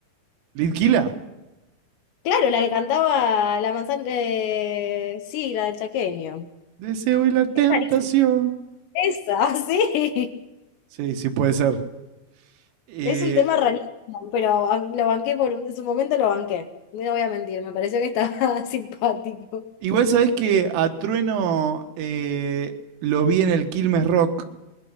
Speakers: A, on the right; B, on the left.
A: ¿Litkila?
B: Claro, la que cantaba la manzana, eh, sí, la del chaqueño.
A: Deseo y la tentación.
B: Es rarísima. Esa, <laughs> sí.
A: Sí, sí puede ser. Eh,
B: Es un tema rarísimo, pero ba- lo banqué por un- en su momento lo banqué. No voy a mentir, me pareció que estaba <laughs> simpático.
A: igual sabés que a Trueno eh, lo vi en el Quilmes Rock